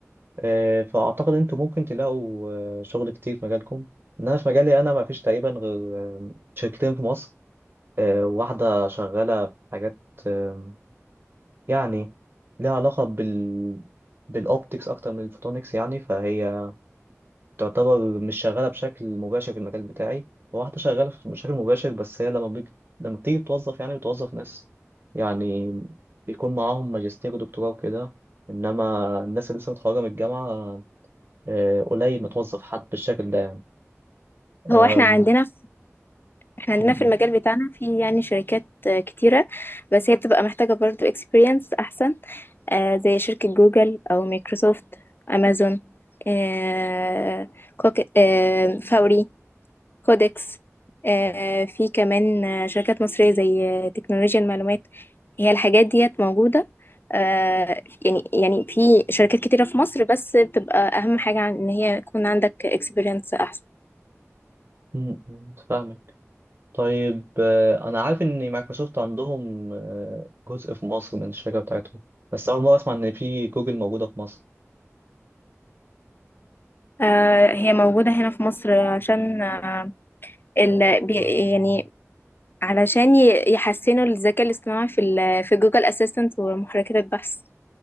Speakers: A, on the right; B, on the left.
A: آه، فأعتقد أنتوا ممكن تلاقوا آه، شغل كتير في مجالكم إن أنا في مجالي أنا ما فيش تقريبا غير آه، شركتين في مصر آه، واحدة شغالة في حاجات آه، يعني ليها علاقة بال بالأوبتكس أكتر من الفوتونكس يعني فهي تعتبر مش شغالة بشكل مباشر في المجال بتاعي وواحدة شغالة في- بشكل مباشر بس هي لما بيجي لما بتيجي بتوظف يعني بتوظف ناس يعني بيكون معاهم ماجستير ودكتوراه وكده إنما الناس اللي لسه متخرجة من الجامعة آه، قليل ما توظف حد بالشكل ده يعني أم،
B: هو احنا عندنا احنا عندنا
A: م-
B: في
A: م-
B: المجال بتاعنا في يعني شركات آه، كتيرة بس هي بتبقى محتاجة برضو experience أحسن آه، زي شركة جوجل أو مايكروسوفت أمازون آه، كوك- آه، فوري كودكس آه، في كمان آه، شركات مصرية زي آه، تكنولوجيا المعلومات هي الحاجات ديت موجودة آه، يعني يعني في شركات كتيرة في مصر بس بتبقى أهم حاجة عن إن هي يكون عندك اكسبيرينس أحسن
A: م- م- فاهمك طيب آه، انا عارف ان مايكروسوفت عندهم آه، جزء في مصر من الشركه بتاعتهم بس اول مره اسمع ان في جوجل موجوده في مصر
B: آه، هي موجودة هنا في مصر عشان آه، ال بي- يعني علشان ي- يحسنوا الذكاء الاصطناعي في ال في جوجل اسيستنت ومحركات البحث